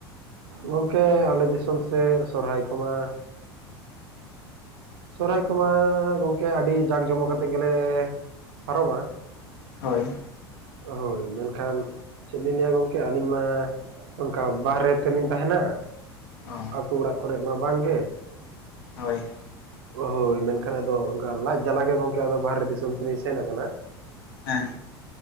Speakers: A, on the right (about 65°); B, on the left (about 65°).
A: ᱜᱚᱢᱠᱮ ᱟᱞᱮ ᱫᱤᱥᱚᱢ ᱥᱮᱫ ᱥᱚᱦᱨᱟᱭ ᱠᱚᱢᱟ ᱥᱚᱦᱨᱟᱭ ᱠᱚᱢᱟ ᱜᱚᱝᱠᱮ ᱟᱹᱰᱤ ᱡᱟᱸᱠ ᱡᱚᱢᱚᱠ ᱠᱟᱛᱮᱫ ᱜᱮᱞᱮ ᱯᱟᱨᱚᱢᱟ,
B: ᱦᱳᱭ᱾
A: ᱦᱳᱭ ᱢᱮᱱᱠᱷᱟᱱ ᱪᱮᱫ ᱞᱤᱧ ᱞᱟᱹᱭᱟ ᱜᱚᱢᱠᱮ ᱟᱹᱞᱤᱧ ᱢᱟ ᱚᱱᱠᱟ ᱵᱟᱦᱨᱮ ᱛᱮᱞᱤᱧ ᱛᱟᱦᱮᱸᱱᱟ
B: ᱚ
A: ᱟᱛᱳ ᱚᱲᱟᱜ ᱠᱚᱨᱮ ᱢᱟ ᱵᱟᱝᱜᱮ᱾
B: ᱦᱳᱭ᱾
A: ᱦᱳᱭ ᱢᱮᱱᱠᱷᱟᱱ ᱟᱫᱚ ᱚᱱᱠᱟ ᱞᱟᱡ ᱡᱟᱞᱟ ᱜᱮ ᱜᱚᱝᱠᱮ ᱟᱫᱚ ᱵᱟᱦᱨᱮ ᱫᱤᱥᱚᱢ ᱛᱮᱞᱤᱧ ᱥᱮᱱ ᱟᱠᱟᱱᱟ᱾
B: ᱦᱮᱸ